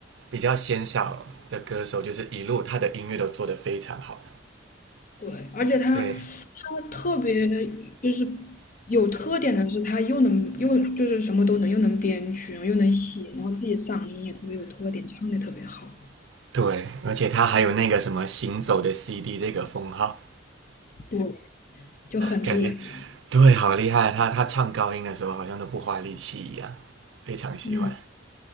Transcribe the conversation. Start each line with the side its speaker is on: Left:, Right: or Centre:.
Right: 比较鲜少的歌手，就是一路他的音乐都做得非常好。
Left: 对，而且他，
Right: 对
Left: 他特别就是有特点的是，他又能又就是什么都能，又能编曲，然后又能写，然后自己嗓音也特别有特点，唱的特别好，
Right: 对，而且他还有那个什么“行走的 CD” 这个封号，
Left: 对，就很厉害。
Right: 感觉 <laughs> 对，好厉害。他他唱高音的时候好像都不花力气一样，非常喜欢。
Left: 嗯，